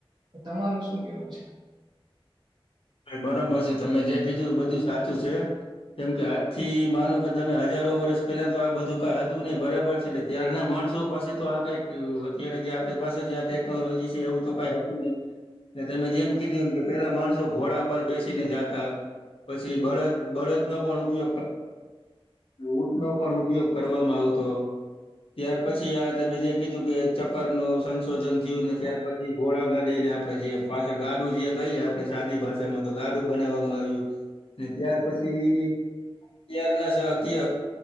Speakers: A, on the right; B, on the left.
A: તો તમારું શું કેવું છે.
B: એ બરાબર છે તમે જે કીધું એ બધું સાચું છે. કેમ કે આજથી માનો કે તમે હજારો વરસપેલા તો આ બધું કઈ હતું નહિ બરાબર છે એટલે ત્યાર ના માણસો પાસે તો આ કઈક અત્યારે જે આપણી પાસે જે આ ટેકનોલોજી છે એવું તો કઈ હતું નહી. અને તમે જેમ કીધું એમ કે પેલા માણ સો ઘોડા પર બેસીને જાતા પછી બળદ બળદનો પણ ઉપયોગ ક ઊંટ નો પણ ઉપયોગ કરવામાં આવતો. ત્યાર પછી આ તમે જે કીધું કે ચક્કર નો સં શોધન થ્યું ને ત્યાર પછી ઘોડાગાડીને આપડે જે પાછા ગાડું જે કહીએ આ પડે સાદી ભાષામાં તો ગાડું બનાવવામાં આવ્યું અને ત્યાર પછી ત્યારના <unintelligible> પછી